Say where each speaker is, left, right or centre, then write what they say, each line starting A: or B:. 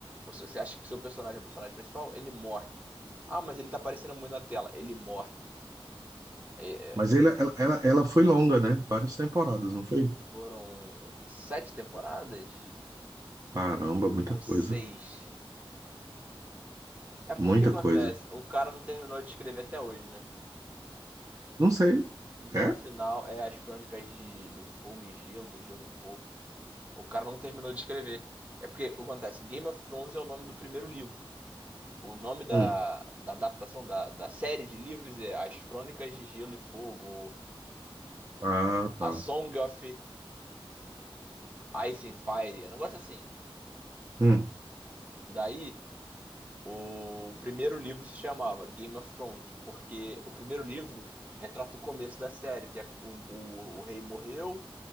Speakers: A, on the right; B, on the right.
A: Você, você acha que seu personagem é o personagem principal, ele morre. Ah, mas ele tá aparecendo muito na tela. Ele morre. É, é,
B: Mas ele, ela, ela, ela foi longa, né? Várias temporadas, não foi?
A: foram sete temporadas?
B: Caramba, muita
A: Ou
B: coisa.
A: seis? É porque
B: Muita
A: acontece,
B: coisa.
A: o cara não terminou de escrever até hoje, né?
B: Não sei.
A: Então
B: É?
A: o final é as crônicas de, do fogo e gelo, do gelo e fogo. O cara não terminou de escrever. É porque acontece, Game of Thrones é o nome do primeiro livro. O nome da,
B: Hum.
A: da adaptação da, da série de livros é As Crônicas de Gelo e Fogo,
B: Ah, tá.
A: A Song of Ice and Fire, é um negócio assim.
B: Hum.
A: Daí. O primeiro livro se chamava Game of Thrones, porque o primeiro livro retrata o começo da série, que é o, o, o rei morreu